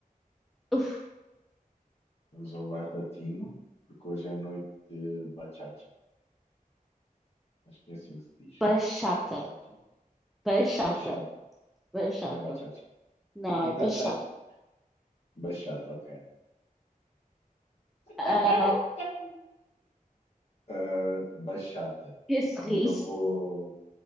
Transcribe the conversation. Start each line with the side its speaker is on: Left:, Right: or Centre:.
Centre: Uf,
Left: Vamos ao bairro latino, porque hoje é noite de bachata. Acho que é assim que se diz.
Centre: bachata.
Left: Bachata?
Centre: Bachata.
Left: Bachata.
Centre: Bachata.
Left: Não é bachata.
Centre: Não,
Left: <laughs>
Centre: é bachata.
Left: Bachata. Bachata, ok.
Centre: Ah,
Left: <laughs> Ah, bachata.
Centre: esse
Left: E
Centre: riso,
Left: eu vou.